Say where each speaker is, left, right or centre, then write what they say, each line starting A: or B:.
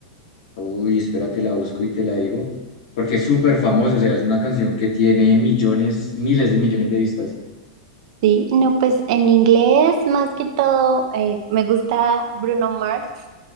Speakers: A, on the left; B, on the right.
A: uy, espérate, la busco y te la digo, porque es súper famosa, o sea, es una canción que tiene millones, miles de millones de vistas.
B: Sí, no, pues en inglés más que todo eh, me gusta Bruno Mars.